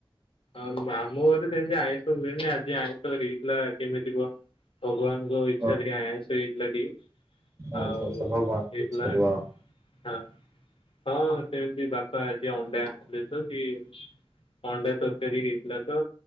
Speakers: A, on the left (about 70°); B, on the right (about 30°).
A: ହଁ ମାମୁଁ ଘରେ ସେମିତି ଆ ହୁହେନି ଆଜି ଆଇଁଷ ହେଇଥିଲା କେମିତି କୁହ ଭଗବାନଙ୍କ ଇଚ୍ଛା
B: ଓ,
A: ଟିକେ ଆଇଁଷ ହେଇଥିଲା ଟିକେ।
B: ଆଚ୍ଛା,
A: ଆଉ
B: ଆଚ୍ଛା, ଭଗବାନ
A: ହେଇ
B: ଆଚ୍ଛା,
A: ଥିଲା। ହଁ ହଁ ସେମିତି ବାପା ଆଜି ଅଣ୍ଡା ଆମ୍ବଲେଟ୍ <unintelligible> ଅଣ୍ଡା ତରକାରୀ ହେଇଥିଲା ତ।